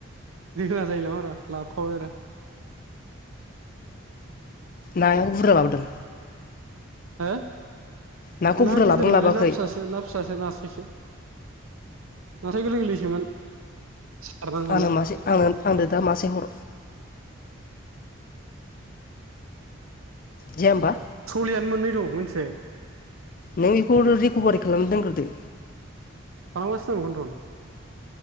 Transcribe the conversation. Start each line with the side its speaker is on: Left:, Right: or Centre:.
Right: दोना जायो नामा‌ रा लाबफाबाय‌ रा।
Left: नाया बुरजा लाबोदों।
Right: हो
Left: नाखौ
Right: ना
Left: बुरजा
Right: गिदिर
Left: लाबोगोन
Right: नङालै
Left: लाबोआखै
Right: ना फिसासो ना फिसासो नास्रायसो नास्राय गोरलै गोरलैसोमोन। सारनानै मोननाय
Left: आंनो मासे आंनो आंनो दा मासे हर। जाया होमबा?
Right: सलियानो मोननैल' मोनथिबाय?
Left: नों बेखौ रिकभारि खालामनो दोनग्रोदो।
Right: खालामगासिनो दं बेखौनोथन।